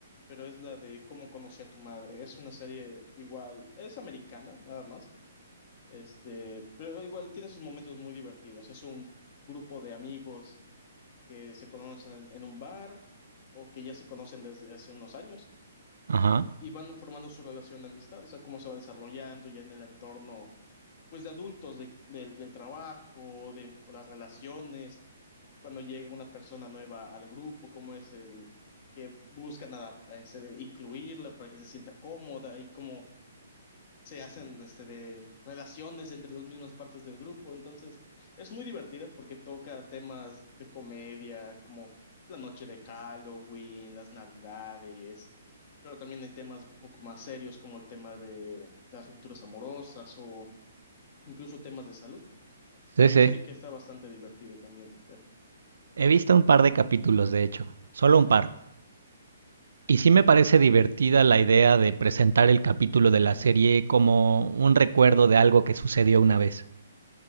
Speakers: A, on the left (about 45°); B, on the right (about 70°).
A: pero es la de Cómo conocí a tu madre. Es una serie igual, es americana, nada más. Este, pero igual tiene sus momentos muy divertidos. Es un grupo de amigos que se conocen en, en un bar o que ya se conocen desde hace unos años
B: Ajá.
A: y van formando su relación de amistad, o sea, cómo se va desarrollando ya en el entorno, pues de adultos, de, del del trabajo, de las relaciones cuando llega una persona nueva al grupo, cómo es el que buscan adap- este, de incluirla para que se sienta cómoda y cómo se hacen este, de relaciones entre las mismas partes del grupo. Entonces, es muy divertida porque toca temas de comedia, como la noche de Halloween, las Navidades, pero también hay temas un poco más serios como el tema de las rupturas amorosas o incluso temas de salud.
B: Sí,
A: Es
B: sí.
A: una serie que está bastante divertida también. de ver.
B: He visto un par de capítulos, de hecho, solo un par. Y sí me parece divertida la idea de presentar el capítulo de la serie como un recuerdo de algo que sucedió una vez.